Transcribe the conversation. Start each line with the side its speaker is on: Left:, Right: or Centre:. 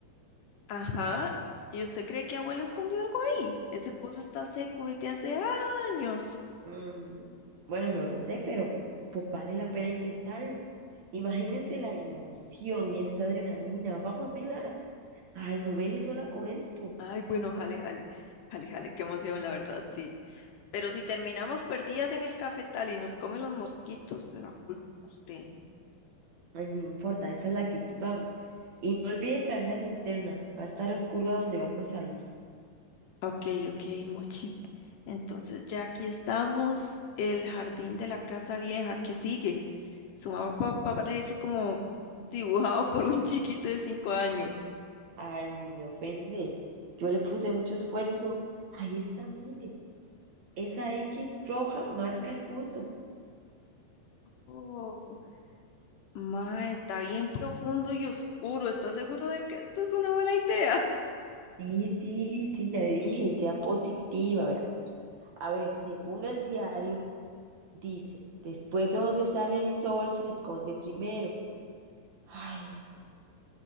Left: Ajá. ¿Y usted cree que abuelo escondió algo ahí? Ese pozo está seco desde hace años.
Right: Mm, bueno, no lo sé, pero pues vale la pena intentarlo. Imagínense la emoción y esa adrenalina. Vamos, Mila. Ay, no me dejes sola con esto.
Left: Ay, bueno, jale, jale. Jale, jale, qué emoción, la verdad, sí. Pero si terminamos perdidas en el cafetal y nos comen los mosquitos, la culpa es usted.
Right: Ay, no importa, esa es la actitud, vamos. Y no olvide traer la linterna, va a estar oscuro a donde vamos a ir.
Left: Ok, ok, Mochi. Entonces ya aquí estamos, el jardín de la casa vieja, ¿qué sigue? Su mapa parece como dibujado por un chiquito de cinco años.
Right: Ay, me ofende. Yo le puse mucho esfuerzo. Ahí está, mire. Esa X roja marca el pozo.
Left: Oh, ma, está bien profundo y oscuro. ¿Estás seguro de que esto es una buena idea?
Right: Sí, sí, sí, ya le dije, sea positiva, vea. A ver, según el diario, dice, después de donde sale el sol se esconde primero. Ay,